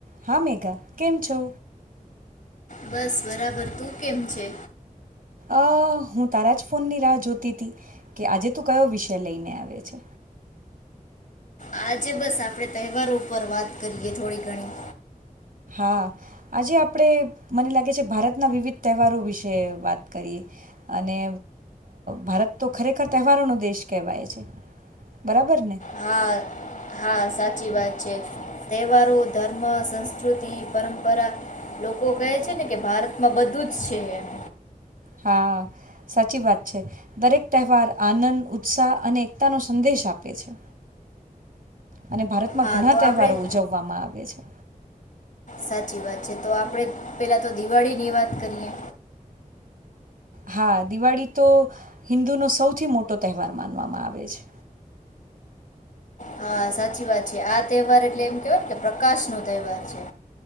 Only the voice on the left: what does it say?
બસ બરાબર. તું કેમ છે?
આજે બસ આપણે તહેવારો ઉપર વાત કરીએ થોડી ઘણી.
હા હા સાચી વાત છે. તહેવારો ધર્મ સંસ્કૃતિ પરંપરા લોકો કહે છે ને કે ભારતમાં બધું જ છે એમ.
હા
તો
આપણે
સાચી વાત છે. તો આપડે પેલા તો દિવાળીની વાત કરીએ.
હા સાચી વાત છે. આ તહેવાર એટલે એમ કેવાય ને કે પ્રકાશનો તહેવાર છે.